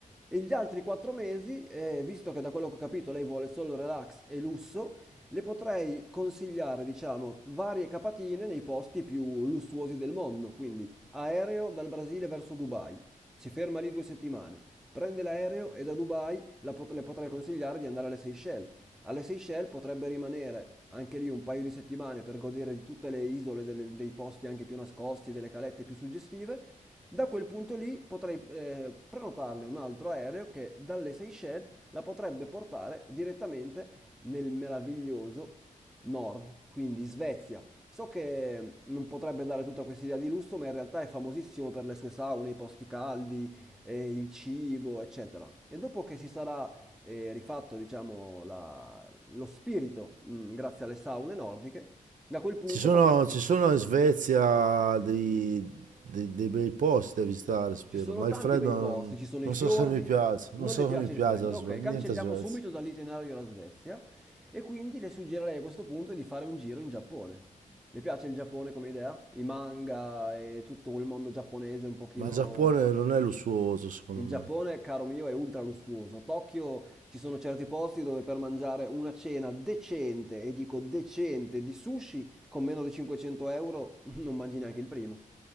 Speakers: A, in the centre; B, on the right.
A: E gli altri quattro mesi, eh, visto che da quello che ho capito lei vuole solo relax e lusso, le potrei consigliare, diciamo, varie capatine nei posti più lussuosi del mondo, quindi aereo dal Brasile verso Dubai, si ferma lì due settimane, prende l'aereo e da Dubai la pot- le potrei consigliare di andare alle Seychelles. Alle Seychelles potrebbe rimanere anche lì un paio di settimane per godere di tutte le isole, delle- dei posti anche più nascosti, delle calette più suggestive. Da quel punto lì potrei eh, prenotarle un altro aereo che dalle Seychelles la potrebbe portare direttamente nel meraviglioso nord, quindi Svezia. So che non potrebbe dare tutta questa idea di lusso, ma in realtà è famosissimo per le sue saune, i posti caldi, eh, il cibo, eccetera. E dopo che si sarà eh, rifatto, diciamo, la- lo spirito, mm, grazie alle saune nordiche, da quel punto
B: Ci sono,
A: potremmo...
B: ci sono in Svezia dei, dei- dei bei posti da visitare, spero,
A: Ci sono
B: ma
A: tanti
B: il freddo
A: bei posti,
B: non,
A: ci sono
B: non
A: i fiordi,
B: so se mi piace, non
A: non
B: so
A: le piace
B: se mi piace
A: il freddo,
B: la Sve-
A: ok, cancelliamo
B: niente a Svezia.
A: subito dall'itinerario la Svezia e quindi le suggerirei a questo punto di fare un giro in Giappone. Le piace il Giappone come idea? I manga e tutto quel mondo giapponese un pochino...
B: Ma il Giappone non è lussuoso, secondo
A: Il
B: me.
A: Giappone, caro mio, è ultra lussuoso. Tokyo ci sono certi posti dove per mangiare una cena decente, e dico decente, di sushi con meno di 500 euro <laughs> non mangi neanche il primo.